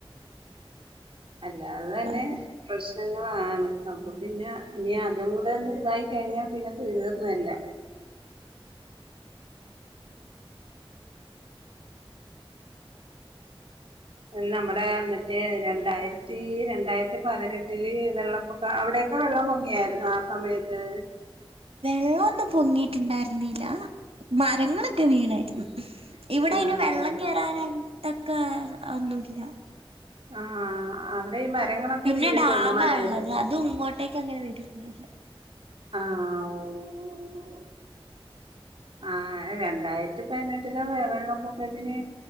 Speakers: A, on the right (about 65°); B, on the right (about 80°).
A: അല്ല അതെന്നെ
B: അതെ
A: പ്രശ് നങ്ങളാണ് അപ്പൊ പിന്നെ ഇനി അതും കൂടെ ഒന്ന് ഇതായി കഴിഞ്ഞാ പിന്നെ തീർന്നെല്ല <inaudible> നമ്മുടെ മറ്റേ രണ്ടായിരത്തി രണ്ടായിര്ത്തി പതിനെട്ടില് വെള്ളപ്പൊക്ക അവിടെ ടെ വെള്ളം പൊങ്ങിയായിര്ന്നോ ആ സമയത്ത്
B: വെള്ളൊന്നും പൊങ്ങീട്ട്ണ്ടായിര്ന്നില്ല മരങ്ങളൊക്കെ വീണായിര്ന്നു ഇവിടയ്ന്
A: ആണല്ലേ
B: വെള്ളം കേയറാനായത്തക്കെ ഒന്നുല്ല
A: ആഹ് അവടെ ഈ മരങ്ങളൊക്കെ
B: പിന്നെ
A: വീഴത്തഒള്ളു
B: ഡാമാ
A: മലയല്ലേ
B: ഉള്ളത് അതും ഇങ്ങോട്ടേക്ക് അങ്ങനെ വരുന്നില്ല
A: ആഹ് ഓഹ് ആഹ് രണ്ടായിരത്തി പൈനെട്ടിലെ മഴ വെള്ളപ്പൊക്കത്തിന്